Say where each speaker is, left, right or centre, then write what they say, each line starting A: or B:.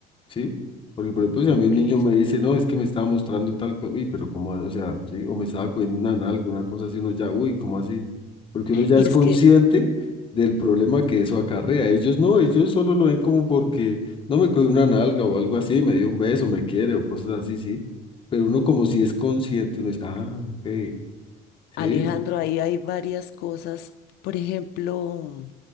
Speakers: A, on the left; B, on the left.
A: ¿sí? Porque, por ejemplo, si a
B: Por
A: mí un niño
B: eso.
A: me dice, no, es que me estaba mostrando tal cosa, uy, pero cómo, o sea, sí, o me estaba cogiendo una nalga, una cosa así, uno ya, uy, ¿cómo así? Porque uno ya
B: Y
A: es
B: es
A: consciente
B: que,
A: del problema que eso acarrea. Ellos no, ellos solo lo ven como porque no me cogió una nalga o algo así, me dio un beso, me quiere o cosas así, sí. Pero uno como si es consciente, uno dice, ah, ok,
B: Alejandro,
A: sí,
B: ahí hay varias cosas. Por ejemplo,